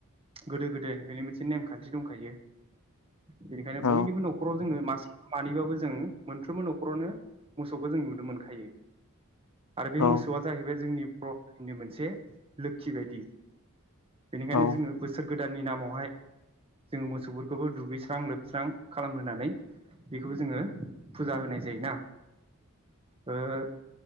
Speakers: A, on the right; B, on the left.
A: गोदो गोदायनिफ्रायनो मोनसे नेमखान्थि दंखायो बेनिखायनो
B: औ
A: बयनिबो न'खराव जोङो मा मानैबाबो जों मोनफ्रोमबो न'खरावनो मोसौखौ जों नुनो मोनखायो। आरो बे
B: औ
A: मोसौआ जाहैबायजोंनि बर'नि मोनसे लोक्षि बायदि बेनिखायनो
B: औ
A: जोङो बोसोर गोदाननि नामाव बेहाय जोंङो मोसौफोरखौबो दुगैस्रां लोबस्रां खालामहोनानै बेखौबो जोङो फुजा होनाय जायोना। ओ